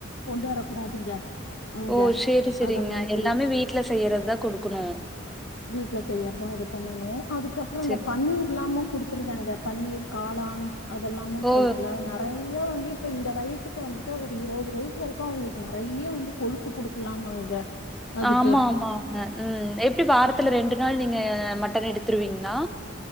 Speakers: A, on the left; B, in the centre.
A: கொண்டு வரக்குடாதுங்க அங்க
B: ஓ! சரி, சரிங்க.
A: அத மாதிரி
B: எல்லாமே வீட்ல செய்யறது தான் குடுக்கணும்.
A: வீட்டுல செய்யறதா இது பண்ணணு அதுக்கப்புற இந்த
B: சரி.
A: பன்னீர்ல்லாமு குடுத்துருவேங்க பன்னீர் காளான் அதெல்லாமு
B: ஓ!
A: சொல்றன்ல நெறை யா வந்து இப்ப இந்த வயசுக்கு வந்துட்டு ஒரு இருவது வயசு வரைக்கு அவங்களுக்கு நெறைய வந்து கொழுப்பு குடுக்கலாமாங்க அதுக்கு
B: ஆமா ஆமாங்க ம் எப்படி வாரத்துல ரெண்டு நாள் நீங்க மட்டன் எடுத்துருவிங்ளா